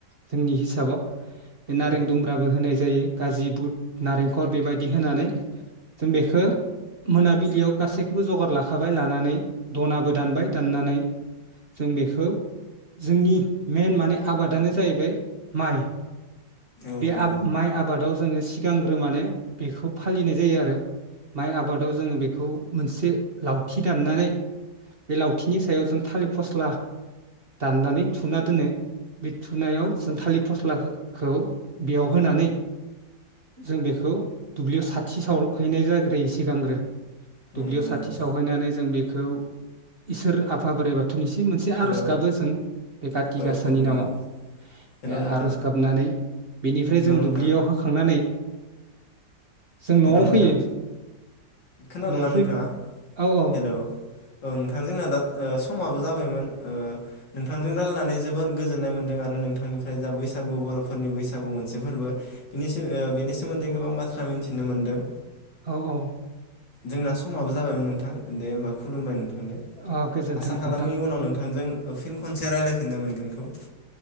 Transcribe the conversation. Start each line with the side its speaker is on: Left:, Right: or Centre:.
Right: जोंनि हिसाबाव बे नारें
Left: औ
Right: दुम्ब्राबो होनाय जायो। गाज्रि बुट नारेंखल बेबायदि होनानै जों बेखो मोनाबिलियाव गासैखौबो जगार लाखाबाय लानानै द'। नाबो दानबाय दाननानै जों बेखौ जोंनि मेन माने आबादानो जाहैबाय माइ।
Left: औ
Right: बे
Left: नंगौ
Right: आ माइ आबादाव जोङो सिगांग्रो माने बेखौ फालिनाय जायो आरो माइ आबादाव जोंडो बेखौ मोनसे लावथि दाननानै बे लावथिनि सायाव जों थालिर फस्ला दाननानै थुना दोनो। बे थुनायाव जों थालिर फस्लाखौ बेयाव होनानै जों बेखौ दुब्लियाव साथि साव हैनाय जाग्रोयो सिगांग्रो।
Left: नंगौ
Right: दुब्लियाव साथि
Left: नंगौ
Right: सावहैनानै जों बेखौ इसोर आफा बोराइ बाथौनिसिम मोनसे
Left: हेलौ
Right: आर'ज गाबो जों बे काति
Left: औ
Right: गाासानि
Left: औ नंगौ
Right: नामाव
Left: हेलौ
Right: बे
Left: नोंथां
Right: आर'ज गाबनानै बेनिफ्राय
Left: हेलौ
Right: जों
Left: नोंथां
Right: दुब्लियाव होखांनानै जों न'आव
Left: हेलौ नोंथां
Right: फैयो
Left: खोनादोंना
Right: न'आव
Left: नोंथाङा
Right: फै औ औ
Left: हेल' औ नोंथांजोंना दा ओ समाबो जाबायमोन ओ नोंथांजों रायजल्लायनानै जोबोर गोजोननाय मोनदों आरो नोंथांनिफ्राय जा बैसागु बर फोरनि बैसागु मोनसे फोरबो बेनि सो ओ बेनि सोमोन्दै गोबां बाथ्रा मिनथि नो मोन्दों
Right: औ औ
Left: जोंना समाबो जाबायमोन नोंथां दे होमबा खुलुमबाय नों
Right: अ गोजोन्थों
Left: आसा खालामो
Right: नोंथां
Left: उनाव नोंथांजों फिन खनसे रायजलायफिननो मोनगोनखौ